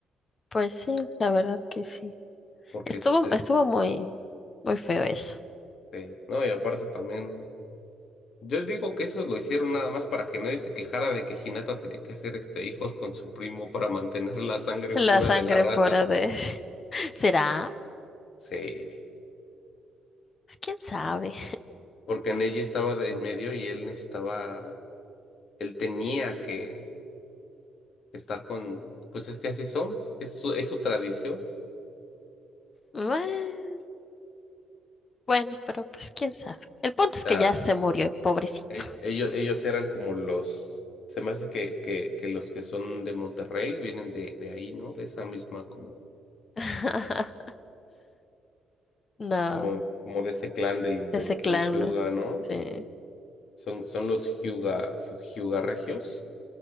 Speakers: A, on the left; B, on the left.
A: Pues sí, la verdad que sí.
B: porque
A: Estuvo,
B: este, eh,
A: estuvo muy, muy feo eso.
B: sí, ¿no? Y aparte también. Yo digo que eso lo hicieron nada más para que nadie se quejara de que Hinata tenía que hacer este hijos con su primo para mantener la sangre pura
A: La sangre
B: de la raza.
A: pura de... <laughs> ¿Será?
B: Sí,
A: Pues quién sabe.
B: porque Neji estaba de en medio y él necesitaba, él tenía que estar con, pues es que así son, es su, es su tradición.
A: Bue- Bueno, pero pues quién sabe. El punto es que
B: O sea,
A: ya se murió, pobrecito.
B: e- ellos, ellos eran como los, se me hace que, que, que los que son de Monterrey vienen de, de ahí, ¿no? De esa misma como,
A: <laughs> No,
B: como, como de ese clan del,
A: ese
B: del clan
A: clan,
B: Hyuga,
A: ¿no?
B: ¿no?
A: Sí,
B: Son, son los Hyuga, Hyu- Hyuga Regios,